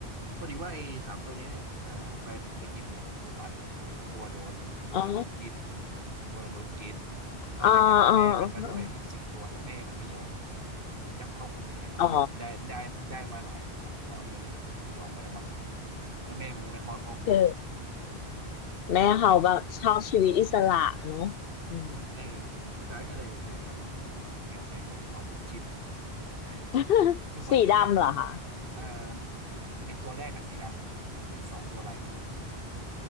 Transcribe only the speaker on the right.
พอดีว่าไอ้สามตัวเนี้ยเนี่ยเอ่อแฟนผมไปเก็บมาจากหลังโลตัสกลัวโดนวรนุชกิน
วรนุชกินตอนแรกจะเอาแม่มันมาด้วยอีกสี่ตัวแต่แม่มันไม่ยอม
จับเข้ากรงยังไงก็ไม่ยอมได้ได้ได้มาหลายหลายรอยก็เลยแบบเออยอมก็ได้วะ
แล้วแม่มันก็ไปคลอดคอกอื่นต่อ
เออสุดท้ายก็เลยได้มาสามตัวครับแมวไข่ฟงเปาบุญจินเออ
ทุกวันนี้ก็
อ่าไอตัวแรกกับสีดำครับตัวอีกสองตัวลายวัว